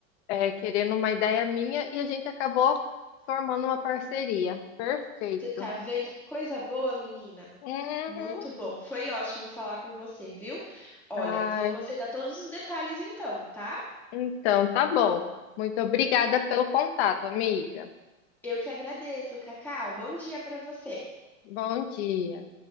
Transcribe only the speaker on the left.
é, querendo uma ideia minha e a gente acabou formando uma parceria. Perfeito.
Uhum.
Ai,
então, tá bom. Muito obrigada pelo contato, amiga.
Bom dia.